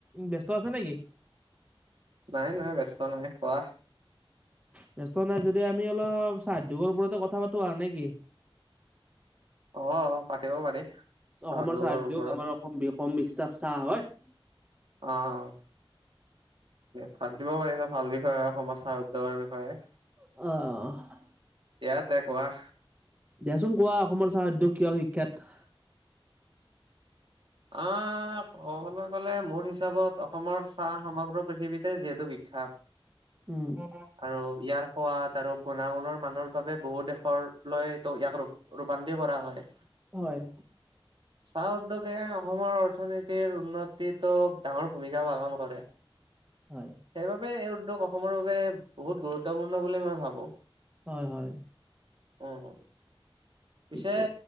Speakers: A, on the right; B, on the right.
A: ব্যস্ত আছে নেকি?
B: নাই, নাই, ব্যস্ত নাই। কোৱা?
A: ব্যস্ত নাই যদি, আমি অলপ, চাহ উদ্যোগৰ ওপৰতে, কথা পাতোঁ, আও নেকি?
B: অ'! পাতিব পাৰি।
A: অসমৰ
B: উদ্যোগৰ
A: চাহ উদ্যোগ,
B: ওপৰত
A: আমাৰ অসম, অসম বিশ্বাস চাহ হয়।
B: অ'! পাতিব পাৰিলে, ভাল বিষয়ে, অসমৰ চাহ উদ্যোগৰ বিষয়ে।
A: অ'!
B: ইয়াতে, কোৱা?
A: দিয়াচোন, কোৱা? অসমৰ চাহ উদ্যোগ কিয় বিখ্যাত?
B: অ'! ক'বলৈ গ'লে, মোৰ হিচাপত, অসমৰ চাহ সমগ্ৰ পৃথিৱীতে, যিহেতু বিখ্যাত।
A: উম! <unintelligible>
B: আৰু ইয়াৰ সোৱাদ আৰু গুণাগুণৰ মানৰ বাবে, বহু দেশৰ লৈ তো ইয়াক, <unintelligible> ৰূপান্তি কৰা হয়।
A: হয়!
B: চাহ উদ্যোগ। অসমৰ অৰ্থনীতিৰ উন্নতিতো, ডাঙৰ ভূমিকা পালন কৰে।
A: হয়!
B: সেইবাবে, এই উদ্যোগ অসমৰ বাবে, বহুত গুৰুত্বপূৰ্ণ বুলি মই ভাবোঁ।
A: হয়, হয়।
B: উম উম, পিছে
A: ঠিকে